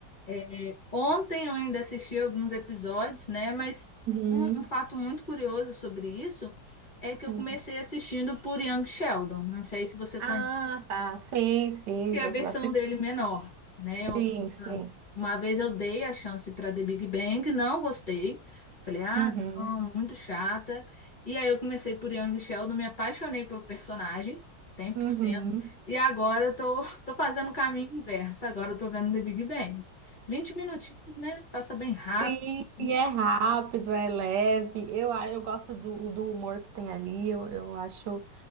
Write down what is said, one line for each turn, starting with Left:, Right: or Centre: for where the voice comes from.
Left: É, ontem eu ainda assisti alguns episódios, né? Mas
Right: Uhum.
Left: um, um fato muito curioso sobre isso é que
Right: Uhum.
Left: eu comecei assistindo por Young Sheldon. Não sei se você
Right: Ah,
Left: conhece.
Right: tá. Sim, sim,
Left: que é
Right: já,
Left: a versão
Right: já assisti.
Left: dele menor, né? Eu-
Right: Sim, sim.
Left: ah, uma vez eu dei a chance para The Big Bang, não gostei. Falei, ah,
Right: Uhum.
Left: não, muito chata. E aí eu comecei por Young Sheldon, me apaixonei pelo personagem, cem por
Right: Uhum.
Left: cento E agora eu tô, <laughs> tô fazendo o caminho inverso. Agora eu tô vendo The Big Bang. 20 minutinhos, né? Passa bem rápido.
Right: Sim,
Left: assim.
Right: e é rápido, é leve. Eu, a- eu gosto do, do humor que tem ali. Eu, eu acho.